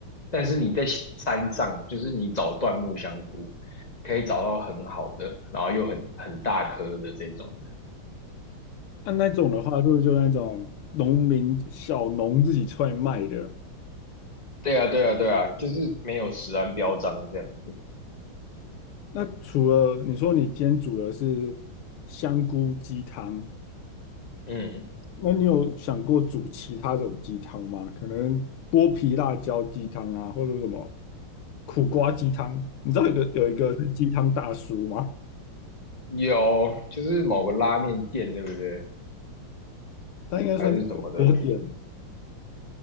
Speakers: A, on the left (about 25°); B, on the left (about 85°).
A: 但是你在山上，就是你找椴木香菇，可以找到很好的，然后又很很大颗的这种。
B: 那那种的话，是不是就那种农民小农自己出来卖的？
A: 对啊，对啊，对啊，就是没有食安标章这样子。
B: 那除了你说你今天煮的是香菇鸡汤，
A: 嗯，
B: 那你有想过煮其他种鸡汤吗？可能剥皮辣椒鸡汤啊，或者什么苦瓜鸡汤？你知道鸡汤大叔吗？
A: 有，就是某个拉面店，对不对？
B: 他应该算是火锅店，
A: 还是什么的